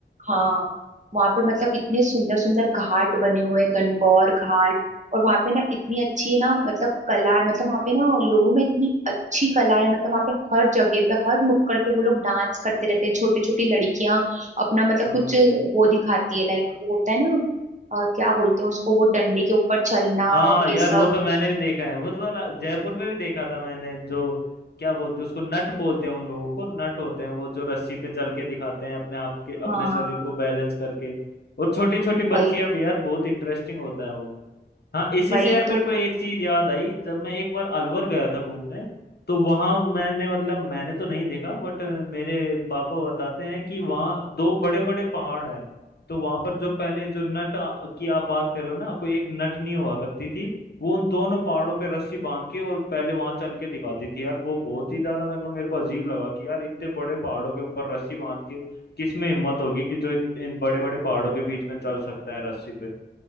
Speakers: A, on the right (about 40°); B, on the left (about 60°).
A: हाँ वहां पे मतलब इतने सुंदर सुंदर घाट बने हुए हैं गणगौर घाट और वहां पे ना इतनी अच्छी है ना मतलब कला है मतलब वहां पे ना लोगों में इतनी अच्छी कला है मतलब वहां पे हर जगह पे हर नुक्कड़ पे वो लोग डांस करते रहते हैं छोटी छोटी लड़कियां अपना मतलब
B: हाँ
A: कुछ वो दिखाती है लाइक वो होता है ना अ, क्या बोलते हैं उसको वो डंडे के ऊपर चलना
B: हाँ
A: और ये
B: यार
A: सब
B: वो तो मैंने भी देखा है वो तो रा- जयपुर में भी देखा था मैंने जो क्या बोलते हैं उसको नट बोलते हैं उन लोगों को नट होते हैं वो जो रस्सी पे चल के दिखाते हैं अपने आप के अपने
A: हाँ
B: शरीर को बैलेंस करके और छोटी छोटी बच्चियां
A: भाई
B: भी यार बहुत इंटरेस्टिंग होता है वो हाँ इसी
A: भाई
B: से यार मेरे
A: तो
B: को एक चीज याद आई जब मैं एक बार अलवर गया था घूमने तो वहां मैंने मतलब मैंने तो नहीं देखा बट मेरे पापा बताते हैं कि वहाँ दो बड़े बड़े पहाड़ हैं तो वहां पर जो पहले जो नट आ- की आप बात कर रहे हो ना कोई एक नटनी हुआ करती थी वो उन दोनों पहाड़ों पे रस्सी बांध के और पहले वहां चल के दिखाती थी यार वो बहुत ही ज्यादा मतलब मेरे को अजीब लगा कि यार इतने बड़े पहाड़ों के ऊपर रस्सी बांध के किस में हिम्मत होगी कि जो इत- इन बड़े बड़े पहाड़ों के बीच में चल सकता है रस्सी पे